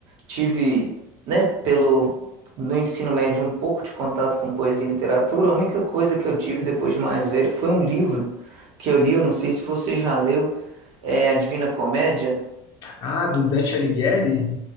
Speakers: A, on the right (about 60°); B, on the left (about 45°).
A: tive, né, pelo, no ensino médio, um pouco de contato com poesia e literatura, a única coisa que eu tive depois de mais velho foi um livro que eu li, eu não sei se você já leu, é A Divina Comédia.
B: Ah, do Dante Alighieri?